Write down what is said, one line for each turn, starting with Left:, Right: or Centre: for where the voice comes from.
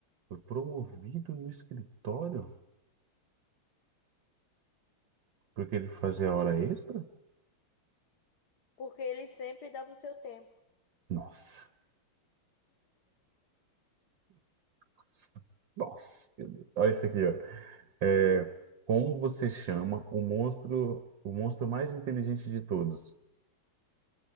Right: foi promovido no escritório? Porque ele fazia hora extra?
Left: Porque ele sempre dava o seu tempo.
Right: Nossa. Nossa. Nossa, meu Deus. Olha isso aqui, ó. É, como você chama o monstro, o monstro mais inteligente de todos?